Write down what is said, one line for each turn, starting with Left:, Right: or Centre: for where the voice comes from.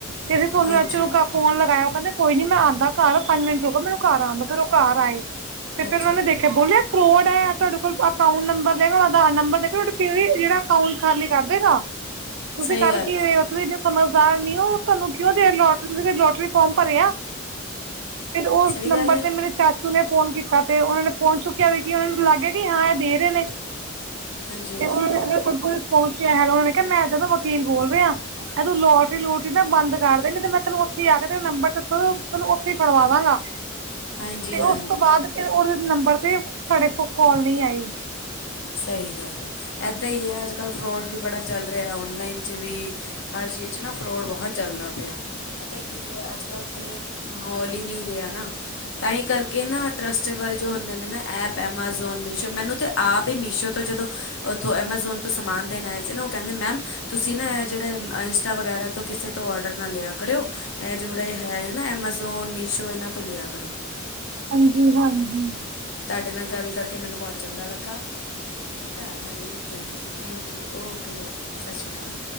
Right: ਤੇ ਅਸੀਂ ਸੋਨੂੰ
Left: ਹਾਂਜੀ
Right: ਚਾਚੂ ਨੂ ਕਾ ਫੋਨ ਲਗਾਇਆ। ਔ ਕਹਿੰਦੇ ਕੋਈ ਨੀ ਮੈਂ ਆਂਦਾ ਘਰ ਪੰਜ ਮਿੰਟ ਰੁਕੋ ਮੈਨੂੰ ਘਰ ਆਨ ਦੋ ਫਿਰ ਉਹ ਘਰ ਆਏ। ਤੇ ਫੇਰ
Left: ਅੱਛਾ
Right: ਉਹਨਾ ਨੇ
Left: ਅੱਛਾ
Right: ਦੇਖਿਆ ਬੋਲਿਆ ਫਰੋਡ ਐ ਤੁਹਾਡੇ ਕੋਲ ਅਕਾਊਂਟ ਨੰਬਰ ਲਏਗਾ, ਆਧਾਰ ਨੰਬਰ ਲਏਗਾ ਤੁਹਾਡੇ ਕਿਵੇਂ ਜਿਹੜਾ ਅਕਾਊਂਟ ਖਾਲੀ ਕਰ ਦੇਗਾ, ਤੁਸੀਂ
Left: ਸਹੀ
Right: ਕਰ
Left: ਗੱਲ
Right: ਕੀ
Left: ਆ
Right: ਰਹੇ ਹੋ ਤੁਸੀਂ ਸਮਝਦਾਰ ਨੀ ਉਹ ਤੁਹਾਨੂੰ ਕਿਉਂ ਦੇ ਲੋਟਰੀ ਤੂਸੀਂ ਕਦੀ ਲੋਟਰੀ ਫੋਮ ਭਰਿਆ। ਫਿਰ ਉਸ
Left: ਸਹੀ
Right: ਨੰਬਰ
Left: ਗੱਲ ਹੈ
Right: ਤੇ ਮੇਰੇ ਚਾ ਚੂ ਨੇ ਫੋਨ ਕੀਤਾ ਤੇ ਉਹ ਨੇ ਫੋਨ ਚੁੱਕਿਆ ਵੀ ਕਿ ਉਹਨਾਂ ਨੂੰ ਲੱਗ ਗਿਆ ਕਿ ਹਾਂ ਇਹ ਦੇ ਰਹੇ ਨੇ।
Left: ਹਾਂਜੀ ਹਾਂਜੀ
Right: ਤੇ ਉਹਦੇ ਕੋਲ ਪਹੁੰਚਿਆ ਉਹਨਾਂ ਨੇ ਕਿਹਾ ਮੈਂ ਏਦਾ ਦਾ ਵਕੀਲ ਬੋਲ ਰਿਹਾ। ਇਹ ਤੂੰ ਲੋਟਰੀ-ਲੂਟਰੀ ਨਾ ਬੰਦ ਕਰ ਦੇਣੀ ਤੇ ਮੈਂ ਤੈਨੂੰ ਉੱਥੇ ਹੀ ਆ ਕੇ ਤੇਰਾ ਨੰਬਰ ਦੱਸੋ ਤੈਨੂੰ ਉੱਥੇ ਹੀ ਫੜਵਾਵਾਂਗਾ।
Left: ਹਾਂਜੀ
Right: ਤੇ
Left: ਹਾਂਜੀ
Right: ਉਸ ਤੋਂ ਬਾਅਦ ਫਿਰ ਉਹਦੇ ਨੰਬਰ ਤੇ ਸਾਡੇ ਕੋਲ ਕਾਲ ਨੀ ਆਈ।
Left: ਸਹੀ ਗੱਲ ਆ। ਏਦਾਂ ਈ ਏ ਅੱਜ ਕੱਲ੍ਹ ਫਰੋਡ ਵੀ ਬੜਾ ਚੱਲ ਰਿਹਾ, ਔਨਲਾਈਨ 'ਚ ਵੀ ਹਰ ਚੀਜ਼ 'ਚ ਨਾ ਫਰੋਡ ਬਹੁਤ ਚੱਲਦਾ ਪਿਆ। ਪਤਾ ਕੀ ਏ, ਅੱਜ ਕੱਲ ਤੇ ਮਾਹੌਲ ਹੀ ਨਹੀਂ ਰਿਹਾ ਨਾ ਤਾਂਹੀ ਕਰਕੇ ਨਾ ਟਰਸਟੇਬਲ ਜੋ ਹੁੰਦੇ ਨੇ ਨਾ ਐਪ ਐਮਾਜ਼ੋਨ, ਮੀਸ਼ੋ ਮੈਨੂੰ ਤੇ ਆਪ ਮੀਸ਼ੋ ਤੋਂ ਜਦੋਂ ਔਥੋਂ ਐਮਾਜੋਨ ਤੋਂ ਸਮਾਨ ਦੇਣ ਆਏ ਸੀ ਨਾ, ਔ ਕੇਂਦੇ ਮੈਮ ਤੁਸੀਂ ਨਾ ਇਹ ਜਿਹੜੇ ਇੰਸਟਾ ਵਗੈਰਾ ਤੋਂ ਕਿਸੇ ਤੋਂ ਔਡਰ ਨਾ ਲਿਆ ਕਰਿਓ, ਇਹ ਜਿਹੜੇ ਹੈ ਨਾ ਐਮਾਜ਼ੋਨ, ਮੀਸ਼ੋ ਇਹਨਾਂ ਤੋਂ ਲਿਆ ਕਰੋ।
Right: ਹਾਂਜੀ ਹਾਂਜੀ।
Left: ਤੁਡੇ ਨਾਲ ਗੱਲ ਕਰਕੇ ਮੈਨੂੰ ਬਹੁਤ ਚੰਗਾ ਲੱਗਾ। ਠੀਕ ਏ ਹਾਂਜੀ thank you thank you, okay okay, ਸੱਸ ਸ਼੍ਰੀ ਅਕਾਲ।